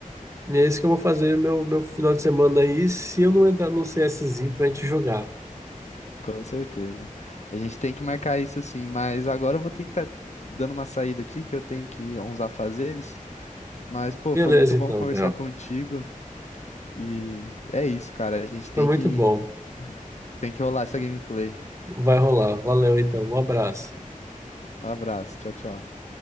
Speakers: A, on the right; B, on the left.
A: E é isso que eu vou fazer meu, meu final de semana aí, se eu não entrar num CSzinho pra gente jogar.
B: Com certeza. A gente tem que marcar isso sim, mas agora eu vou ter que estar dando uma saída aqui, que eu tenho que ir a uns afazeres. Mas, pô,
A: Beleza,
B: foi muito
A: então,
B: bom conversar
A: Theo.
B: contigo. E é isso, cara. A gente tem
A: Foi muito
B: que,
A: bom.
B: tem que rolar essa gameplay.
A: Vai rolar. Valeu, então. Um abraço.
B: Um abraço. Tchau, tchau.